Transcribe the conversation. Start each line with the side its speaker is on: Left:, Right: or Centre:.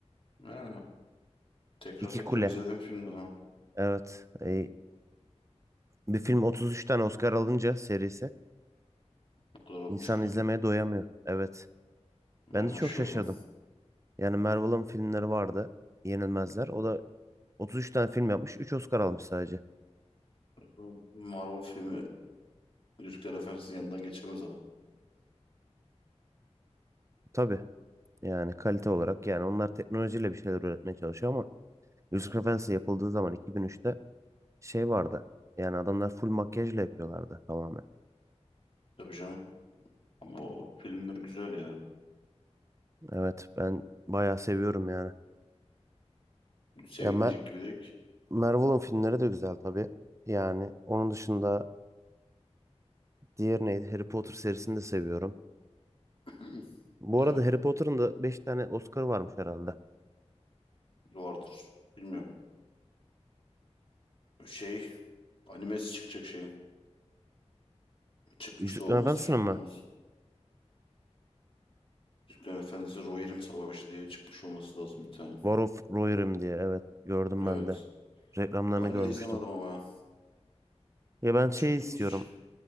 Left: Ha, tekrar
Right: İki
Left: tekrar
Right: Kule.
Left: izledim filmden ha.
Right: Evet. e, bir film 33 tane Oscar alınca serisi
Left: Bu kadar olmuş
Right: insan
Left: mu
Right: izlemeye
Left: lan?
Right: doyamıyor. Evet.
Left: Vay
Right: Ben
Left: maşallah.
Right: de çok şaşırdım. Yani Marvel'ın filmleri vardı. Yenilmezler. O da 33 tane film yapmış. üç Oscar almış sadece.
Left: Bu Marvel filmi Yüzükler Efendisi'nin yanından geçemez ama.
Right: Tabii. Yani kalite olarak yani onlar teknolojiyle bir şeyler üretmeye çalışıyor ama Yusuf Efendisi yapıldığı zaman 2003'te şey vardı. Yani adamlar full makyajla yapıyorlardı tamamen.
Left: Tabii canım. Ama o filmler güzel ya.
Right: Evet ben bayağı seviyorum yani.
Left: Sevilmeyecek
Right: Ya Ma-
Left: gibi değil ki.
Right: Marvel'ın filmleri de güzel tabii. Yani onun dışında diğer neydi? Harry Potter serisini de seviyorum.
Left: <clears throat> Hı,
Right: Bu
Left: eh,
Right: arada Harry Potter'ın da 5 tane Oscar varmış herhalde.
Left: vardır. Bilmiyorum. Şey animesi çıkacak şeyin. Çıkmış
Right: Yüzüklerin
Left: da olmaz.
Right: Efendisi'nin mi?
Left: Olmaz. Türklerin Efendisi Rohirrim Savaşı diye çıkmış olması lazım bir tane.
Right: War of Rohirrim diye evet gördüm
Left: Evet.
Right: ben de. Reklamlarını
Left: Hala
Right: görmüştüm.
Left: izlemedim ama ya.
Right: Ya ben şey
Left: Çıkmış.
Right: istiyorum.